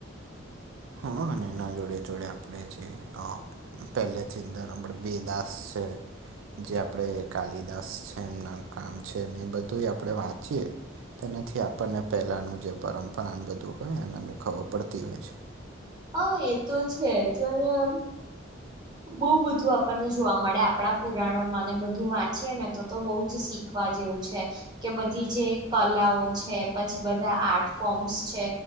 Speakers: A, on the right; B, on the right.
A: હા અને એના જોડે-જોડે આપણે છે હા. પહેલેથી જ <unintelligible> છે જે કાલિદાસ છે એમના કામ છે ને એ બધું આપણે વાંચીએ. તેનાથી આપણને પહેલાંનું જે પરંપરાન બધું હોય અને એનું ખબર પડતી હોય છે.
B: હા એ તો છે જ્યારે આમ, બહુ બધું આપણને જોવા મળે આપણા પુરાણોમાં ને બધું વાંચીએ ને તો તો બઉ જ શીખ ખવા જેવું છે. કે બધી જે કલાઓ છે પછી બધા આર્ટ ફોર્મ્સ છે.